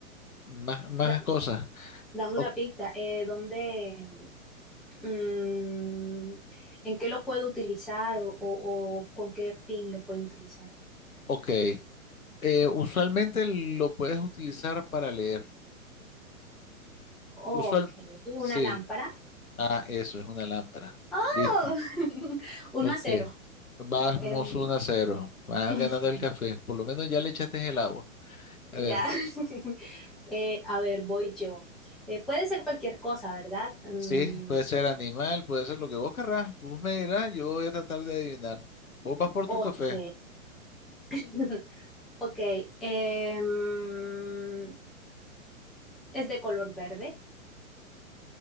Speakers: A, on the left (about 80°); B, in the centre.
A: más, más
B: <laughs> Da-
A: cosas.
B: Dame
A: O-
B: una pista. Eh, ¿dónde, Mm, ¿en qué lo puedo utilizar o, o- o con qué fin lo puedo utilizar?
A: ok, eh, usualmente lo puedes utilizar para leer.
B: Ok,
A: Usual,
B: una
A: sí.
B: lámpara.
A: Ah, eso, es una lámpara. Listo.
B: ¡Oh! <laughs> Uno
A: Ok.
B: a cero.
A: Vamos
B: Em,
A: 1 a cero. Van
B: <laughs>
A: ganando el café. Por lo menos ya le echaste el agua. A
B: ya.
A: ver.
B: <laughs> Eh, a ver, voy yo. Eh, puede ser cualquier cosa, ¿verdad? Mm,
A: Sí, puede ser animal, puede ser lo que vos querrás. Vos me dirás, yo voy a tratar de adivinar. Vos vas por
B: ok.
A: tu café.
B: <laughs> Ok. em, es de color verde.